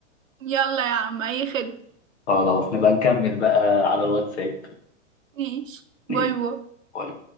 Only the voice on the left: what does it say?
خلاص نبقى نكمل بقى على الواتساب
نقفل.
باي.